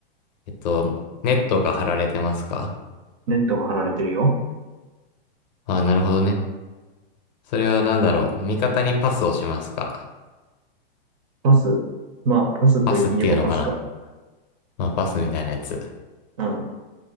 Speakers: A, on the left (about 45°); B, on the right (about 35°).
A: えっと、ネットが張られてますか
B: ネットが張られてるよ。
A: ああー、なるほどね。それは何だろう味方にパスをしますか
B: パス。まあ、パスといえばパスか。
A: パスっていうのかなまあ、パスみたいなやつ。
B: うん。